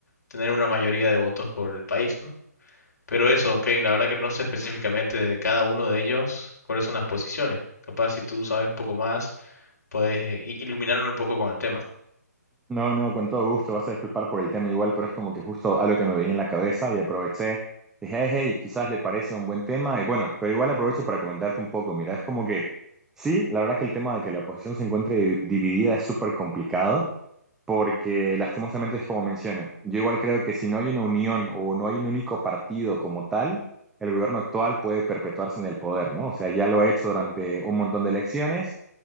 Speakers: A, on the left; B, in the centre.
A: tener una mayoría de votos por el país, ¿no? Pero eso, Kevin, la verdad que no sé específicamente de cada uno de ellos cuáles son las posiciones. Capaz si tú sabes un poco más, puedes eh, i- iluminarme un poco con el tema.
B: No, no, con todo gusto, vas a disculpar por el tema igual, pero es como que justo algo que me venía en la cabeza y aproveché. Dije, hey, hey, quizás le parece un buen tema y bueno, pero igual aprovecho para comentarte un poco. Mira, es como que sí, la verdad que el tema de que la oposición se encuentre di- dividida es súper complicado. porque lastimosamente es como mencionas. Yo igual creo que si no hay una unión o no hay un único partido como tal, el gobierno actual puede perpetuarse en el poder, ¿no? O sea, ya lo ha hecho durante un montón de elecciones